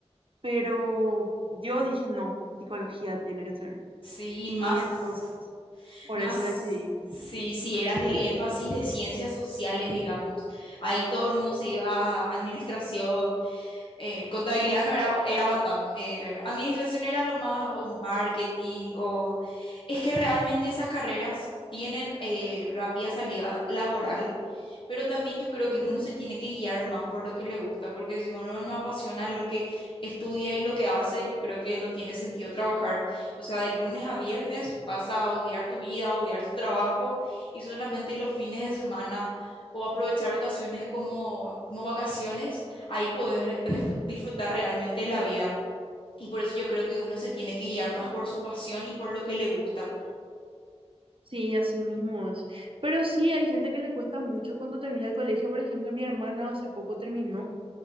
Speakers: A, on the right; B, on the left.
A: pero yo dije, no, psicología tiene que ser.
B: sí,
A: Y
B: y más,
A: entonces, por
B: más,
A: eso decidí.
B: sí, sí, eras del énfasis de ciencias sociales, digamos. Ahí todo el mundo se iba a administración, eh, contabilidad no era, era Batam, eh, administración era lo más, o marketing, o es que realmente esas carreras tienen eh, rápida salida laboral, pero también yo creo
A: Ujú.
B: que uno se tiene que guiar más por lo que le gusta, porque si uno no apasiona lo que estudia y lo que hace, yo creo que no tiene sentido trabajar. O sea, de lunes a viernes vas a odiar tu vida, a odiar tu trabajo y solamente los fines de semana o aprovechar ocasiones como, como vacaciones ahí poder disfr- disfrutar realmente la vida. Y por eso yo creo que uno se tiene que guiar más por su pasión y por lo que le gusta.
A: Sí, así mismo es. Pero sí, hay gente que le cuesta mucho cuando termina el colegio. Por ejemplo, mi hermana hace poco terminó